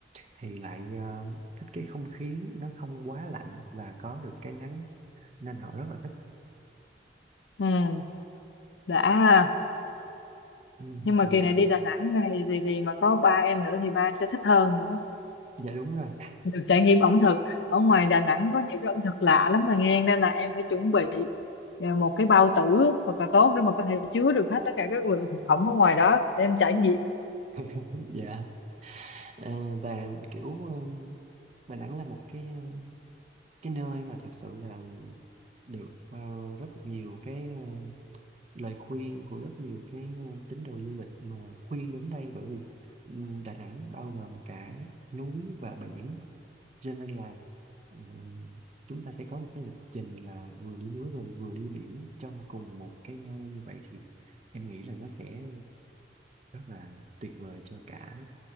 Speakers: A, on the right (about 40°); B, on the left (about 80°).
A: thì lại ờ, thích cái không khí nó không quá lạnh và có được cái nắng nên họ rất là thích
B: ừ. đã ha.
A: ừ,
B: nhưng mà
A: dạ
B: kỳ này đi Đà Nẵng này thì thì mà có ba em nữa thì ba em sẽ thích hơn nữa
A: dạ đúng rồi
B: được trải nghiệm ẩm thực ở ngoài Đà Nẵng có nhiều cái ẩm thực lạ lắm mà nghe nên là em phải chuẩn bị ờ, một cái bao tử thật là tốt để mà có thể chứa được hết tất cả các nguồn thực phẩm ở ngoài đó để em trải nghiệm
A: <laughs> dạ Ờ, và kiểu ờ, Đà Nẵng là một cái ờ, cái nơi mà thật sự là được ờ, rất nhiều cái ờ, lời khuyên của rất nhiều cái ờ, tín đồ du lịch mà khuyên đến đây bởi vì ừ, Đà Nẵng bao gồm cả núi và biển cho nên là ừ, chúng ta sẽ có một cái lịch trình là vừa đi núi rồi vừa đi biển trong cùng một cái nơi vậy thì em nghĩ là nó sẽ rất là tuyệt vời cho cả